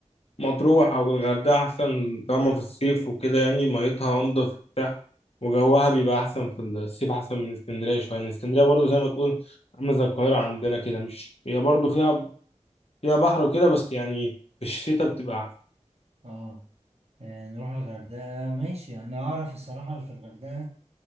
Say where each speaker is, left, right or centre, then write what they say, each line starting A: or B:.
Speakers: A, on the left; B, on the right.
A: مطروح أو الغردقة أحسن طالما في الصيف وكده يعني ميتها أنضف وبتاع وجوها بيبقى أحسن في الصيف أحسن من اسكندرية شوية يعني اسكندرية برضه زي ما تقول عاملة زي القاهرة عندنا كده مش هي برضه فيها فيها بحر وكده بس يعني في الشتاء بتبقى أحسن
B: اه آه، نروح الغردقة ماشي أنا أعرف الصراحة في الغردقة